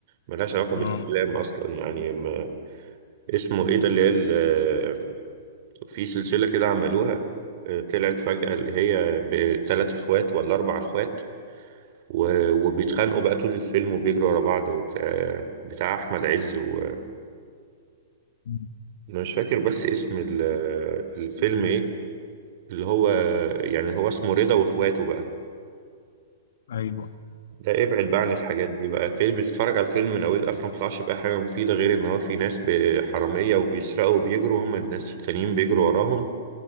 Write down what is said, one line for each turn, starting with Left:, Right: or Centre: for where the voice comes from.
Right: ملهاش علاقة
Left: اه
Right: بالأفلام أصلا يعني ما اسمه إيه ده اللي هي في سلسلة كده عملوها آه، طلعت فجأة اللي هي بتلات اخوات ولا اربع اخوات و- وبيتخانقوا بقى طول الفيلم وبيجروا ورا بعض وبتاع بتاع احمد عز وانا
Left: مم.
Right: مش فاكر بس اسم ال- الفيلم ايه اللي هو يعني هو اسمه رضا واخواته بقى
Left: ايوه
Right: ده ابعد بقى عن الحاجات دي بقى فيلم بتتفرج على الفيلم من اوله لاخره مطلعش بقى حاجة مفيدة غير ان هو في ناس ب- حرامية وبيسرقوا وبيجروا هما الناس التانيين بيجروا وراهم